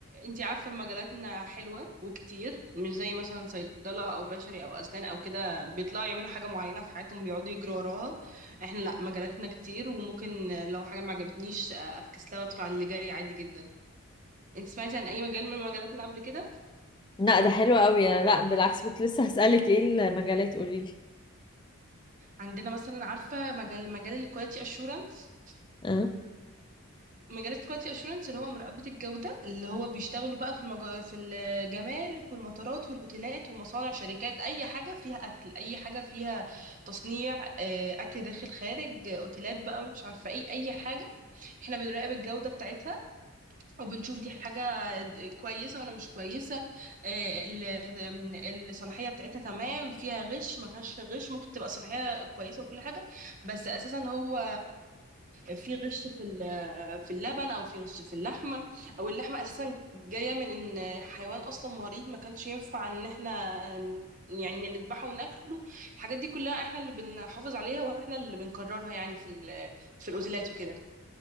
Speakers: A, on the right (about 35°); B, on the left (about 20°).
A: أنتي عارفة مجالاتنا حلوة وكتير مش زي مثلا صيدلة أو بشري أو أسنان أو كده بيطلعوا يعملوا حاجة معينة في حياتهم بيقعدوا يجروا وراها إحنا لأ مجالاتنا كتير وممكن لو حاجة ما عجبتنيش أفكس لها وأدخل على اللي جاي عادي جدا أنتي سمعتي عن أي مجال من مجالاتنا قبل كده؟
B: لا ده حلو قوي انا لا بالعكس كنت لسه هسالك ايه المجالات قولي لي
A: عندنا مثلا عارفة مجال مجال الكواليتي أشورنس
B: اه
A: مجالات كواليتي اشورنس اللي هو مراقبة الجودة اللي هو بيشتغلوا بقى في المج... في الجمارك والمطارات والاوتيلات ومصانع شركات اي حاجة فيها اكل اي حاجة فيها تصنيع آه، اكل داخل خارج آه، اوتيلات بقى مش عارفة ايه اي حاجة احنا بنراقب الجودة بتاعتها وبنشوف دي حاجة د- كويسة ولا مش كويسة آه، ال- ال- الصلاحية بتاعتها تمام فيها غش ما فيهاش غش ممكن تبقى صلاحية كويسة وكل حاجة بس أساسا هو في غش في ال- في اللبن أو في غش في اللحمة أو اللحمة أساسا جاية من إن حيوان أصلا مريض ما كانش ينفع إن إحنا ن- يعني نذبحه وناكله الحاجات دي كلها إحنا اللي بنحافظ عليها وإحنا اللي بنكررها يعني في ال- في الأوتيلات وكده